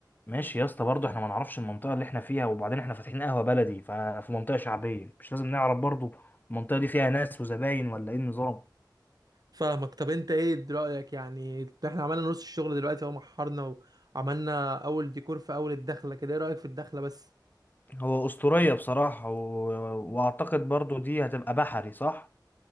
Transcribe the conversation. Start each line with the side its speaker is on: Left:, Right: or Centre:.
Left: ماشي يا اسطى برضه احنا ما نعرفش المنطقه اللي احنا فيها وبعدين احنا فاتحين قهوه بلدي ففي منطقه شعبيه مش لازم نعرف برضه المنطقه دي فيها ناس وزباين ولا ايه النظام
Right: فاهمك طب انت ايه رايك يعني احنا عملنا نص الشغل دلوقتي اهو محرنا وعملنا اول ديكور في اول الدخله كده ايه رايك في الدخله بس
Left: هو اسطوريه بصراحه و... واعتقد برضه دي هتبقى بحري صح